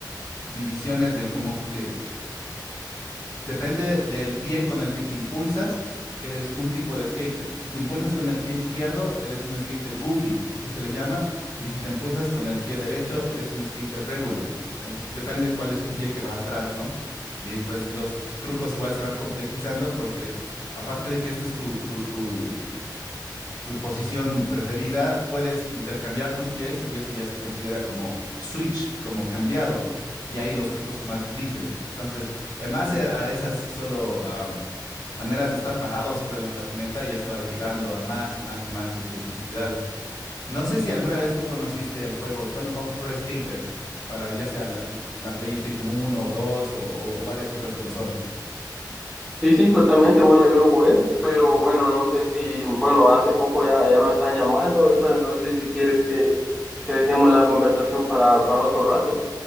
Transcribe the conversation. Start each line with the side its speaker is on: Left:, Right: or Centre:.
Left: divisiones de como que depende del pie con el que te impulsas, que eres un tipo de skater. Si te impulsas con el pie izquierdo, eres un skater goofy, así se le llama, y si te impulsas con el pie derecho, eres un skater regular. Entonces depende cuál es tu pie que va atrás, ¿no? Y pues los trucos igual se van complejizando porque aparte de que este es tu, tu, tu tu posición preferida, puedes intercambiar tus pies y eso ya se considera como switch, como cambiado. Y ahí los trucos son más difíciles. Entonces, en base a esas solo am, maneras de estar parado sobre la patineta, ya se va derivando a más y más y más especificidades. No sé si alguna vez tú conociste el juego Tony Hawk Pro Skater, para ya sea la, la PlayStation uno o 2 o o- o varias otras consolas.
Centre: Sí, sí, totalmente. Bueno, yo lo jugué, pero bueno, no sé si, bueno, hace poco ya, ya me están llamando, entonces no sé si quieres que, que dejemos la conversación para, para otro rato.